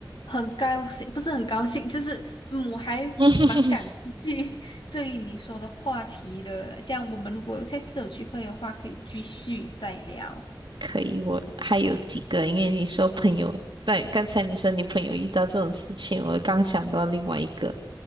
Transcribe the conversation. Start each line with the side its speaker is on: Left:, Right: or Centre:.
Left: 很高兴，不是很高兴，就是嗯，我还蛮感兴趣
Right: <laughs>
Left: <laughs> 对于你说的话题的。这样，我们如果下次有机会的话，可以继续再聊。
Right: 可以，我还有几个，因为你说朋友，对，刚才你说你朋友遇到这种事情，我刚想到另外一个。